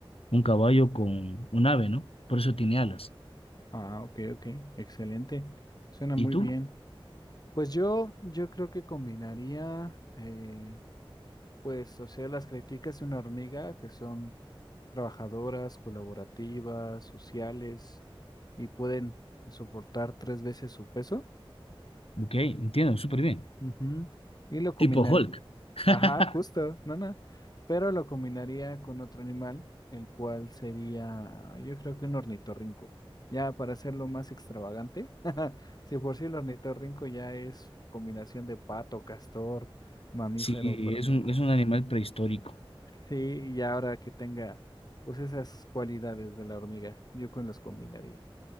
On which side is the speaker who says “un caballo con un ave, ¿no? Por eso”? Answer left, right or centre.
Left